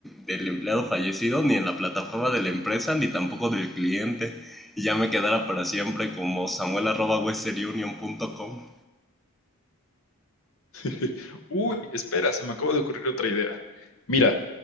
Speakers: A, in the centre; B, on the left.
A: del empleado fallecido, ni en la plataforma de la empresa, ni tampoco del cliente y ya me quedara para siempre como samuel.westernunion.com.
B: <laughs> Uy, espera, se me acaba de ocurrir otra idea. Mira,